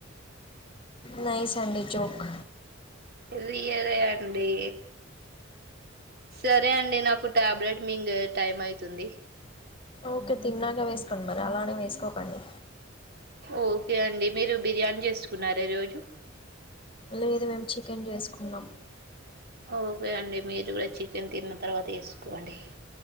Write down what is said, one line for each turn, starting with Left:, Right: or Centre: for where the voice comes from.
Left: నైస్ అండి జోక్.
Right: రియలే అండి. సరే అండి. నాకు టాబ్లెట్ మీంగే టైం అయితుంది.
Left: ఓకే తిన్నాగా వేసుకోండి. మరి అలానే వేసుకోకండి.
Right: ఓకే అండి మీరు. బిర్యానీ చేసుకున్నారా ఈరోజు.
Left: లేదు మేము చికెన్ చేసుకున్నాం.
Right: ఒకే అండి మీరూ కూడా చిక్ తిన్న తర్వాత వేసుకోండి.